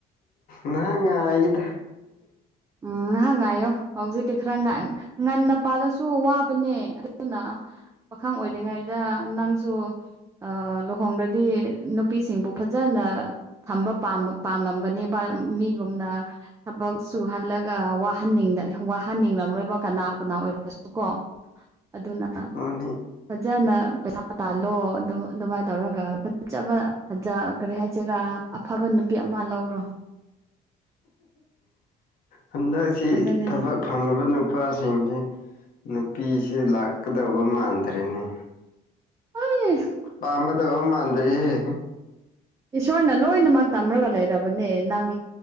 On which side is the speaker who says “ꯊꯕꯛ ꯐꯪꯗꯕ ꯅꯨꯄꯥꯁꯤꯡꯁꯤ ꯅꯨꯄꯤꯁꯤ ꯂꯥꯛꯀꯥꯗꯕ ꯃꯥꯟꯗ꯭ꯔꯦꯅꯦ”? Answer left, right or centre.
Left